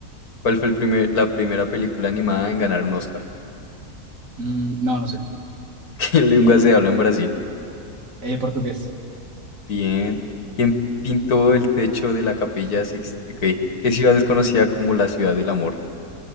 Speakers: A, on the left; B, on the right.
A: ¿Cuál fue el primer- la primera película animada en ganar un Oscar? <laughs>
B: Mm, no, no sé.
A: ¿Qué lengua se habla en Brasil?
B: Eh, portugués.
A: Bien. ¿Quién pintó el techo de la capilla Sixt- ok, ¿Qué ciudad es conocida como la ciudad del amor?